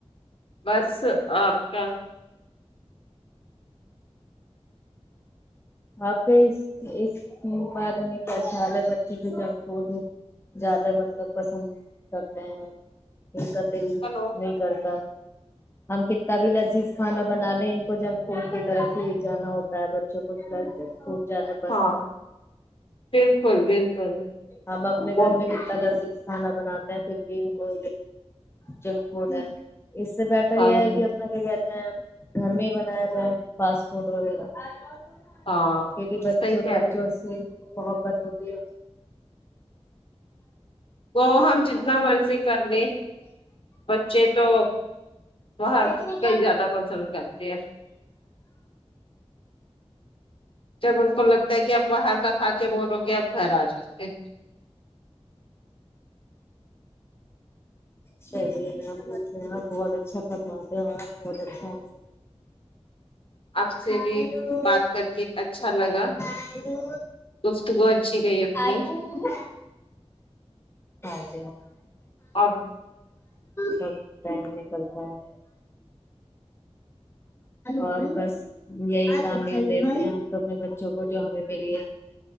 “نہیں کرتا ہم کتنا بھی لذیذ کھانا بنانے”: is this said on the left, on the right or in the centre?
Left